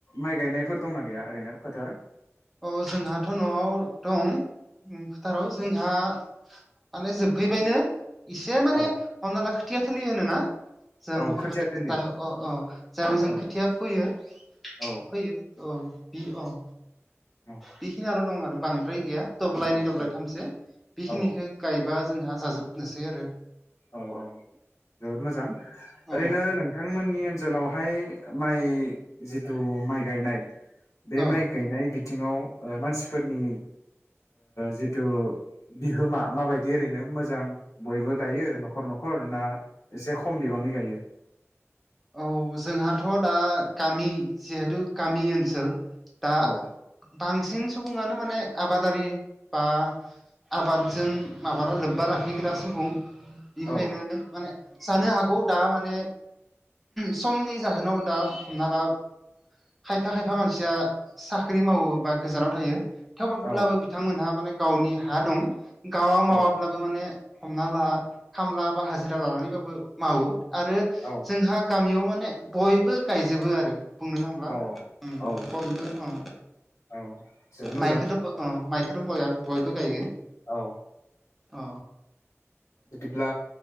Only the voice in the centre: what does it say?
औ जोंहाथ' न'आव दं फोथाराव जोंहा माने जोबहैबायनो एसे माने
हमना ला खोथिया थोलि होनोना जों
माने
जा अ अ जेराव जों
खोथिया फैयो
फैयो औ बि औ
बेखिनियाल' दं आरो बांद्राय गैया दब्लाइनि
दब्लाय
थामसो बेखिनिखौ
गायबा जोंहा जाजोबनोसै आरो
औ
औ
औ जोंहाथ' दा गामि जिहेथु गामि ओनसोल दा
बांसिन सुबुङानो माने आबादारि बा आबादजों माब्ला लोब्बा लाखिग्रा सुबुं बेखायनो
माने जानो हागौ दा माने समनि जाहोनाव दा हमना ला खायफा खायफा मानसिया साख्रि मावो बा गोजानाव थायो थेवब्लाबो
बिथांमोनहा माने गावनि हा दं गावा मावाब्लाबो
माने हमना ला खामला बा हाजिरा लानानैबाबो मावो आरो
जोंहा गामियाव माने बयबो गायजोबो आरो बुंनो थांब्ला
बयबो
मायखौथ' अ माइखथ' बया बयबो गायो
अ